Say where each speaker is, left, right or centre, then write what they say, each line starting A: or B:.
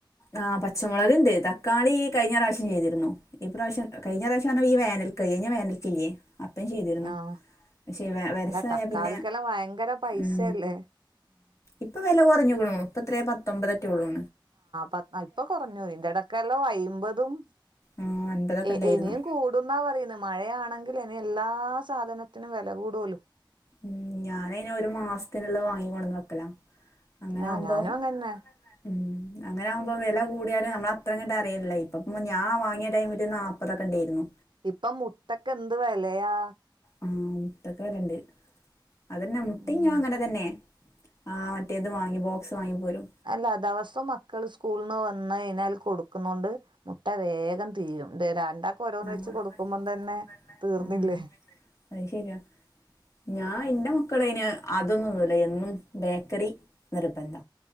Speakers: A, on the left; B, on the right.
A: ആ പച്ചമുളക് ഇണ്ട്. തക്കാളി ഈ കഴിഞ്ഞ പ്രാവശ്യം ചെയ്തിരുന്നു. ഇപ്രാവശ്യം കഴിഞ്ഞ പ്രാവിശ്യാണല്ലോ ഈ വേനൽ ക് ഴിഞ്ഞ വേനലിക്കില്ലേ അപ്പം ചെയ്തിരുന്നു
B: ആഹ്
A: പക്ഷെ വരസായ
B: അല്ല തക്കാളിക്കെല്ലാം
A: പിന്നെ
B: ഭയങ്കര പൈസയല്ലേ?
A: ഉം ഇപ്പൊ വെല കുറഞ്ഞക്കുണു. ഇപ്പത്രേ പത്തൊമ്പതറ്റേ ഉള്ളൂ.
B: ആ ഇപ്പൊ കുറഞ്ഞു ഈന്റെടക്കല്ലോ ഐമ്പതും
A: ആഹ് അൻപതൊക്കെ
B: എ
A: ഇണ്ടായിരുന്നു
B: എനിയും കൂടുന്നാ പറയ്ന്ന് മഴയാണെങ്കിൽ എനി എല്ലാ ആ സാധനത്തിനും വില കൂടുല്ലോ
A: ഉം ഞാനെ ഐനോരു മാസത്തിനുള്ള വാങ്ങിക്കോട്ന്ന് വെക്കല. അങ്ങനെ
B: ആഹ്
A: ആകുമ്പം
B: ഞാനും അങ്ങന്നെ
A: ഉം അങ്ങനാകുമ്പോ വെല കൂടിയാലു നമ്മള അത്രങ്ങണ്ട് അറയണില്ല ഇപ്പ ഞൻ വാങ്ങിയ ടൈമില് നാപ്പതൊക്കെ ഇണ്ടെര്ന്നു.
B: ഇപ്പൊ മുട്ടക്കന്ത് വെലയാ.
A: ആഹ് മുട്ടക്ക് വെലണ്ട്. അതന്നെ മുട്ടീഞ്ഞൂ
B: ഉം
A: അങ്ങനെ തന്നെ. ആഹ് മറ്റേത് വാങ്ങി ബോക്സ് വാങ്ങിപ്പോരും
B: അല്ല ദെവസവും മക്കള് സ്കൂളന്ന് വന് ന്ന കൈഞ്ഞാൽ കൊടുക്കുന്നോണ്ട് മുട്ട വേഗം തീരും. രണ്ടാക്കെ ഓരോന്ന് വെച്ച്
A: ഉം
B: കൊടുക്കുമ്പതന്നെ തീർന്നില്ലേ.
A: ഓരോന്ന് അത് ശരിയാ ഞാൻ ന്നെ <unintelligible> അതൊന്നുംന്നുല്ല എന്നും ബേക്കറി നിർബന്ധ.